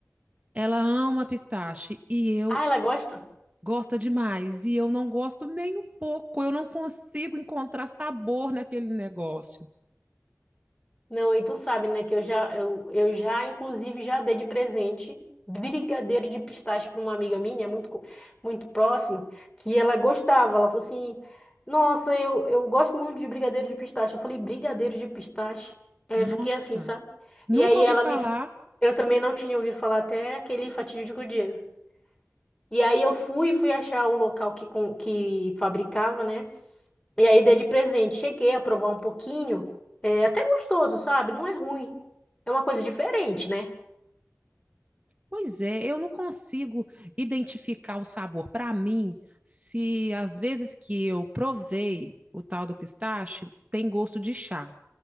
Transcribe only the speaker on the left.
Ah, ela gosta?
Não, e tu sabe, né, que eu já, eu, eu já, inclusive, já dei de presente brigadeiro de pistache para uma amiga minha, muito, co- muito próxima, que ela gostava. Ela falou assim: Nossa, eu, eu gosto muito de brigadeiro de pistache. Eu falei: Brigadeiro de pistache? Aí
Eu fiquei assim, sabe?
E aí
ela
me. Eu também não tinha ouvido falar até aquele fatídico dia. E aí eu fui, fui achar o local que, com- que fabricava, né? E aí dei de presente. Cheguei a provar um pouquinho. É até gostoso, sabe? Não é ruim. É uma coisa diferente, né?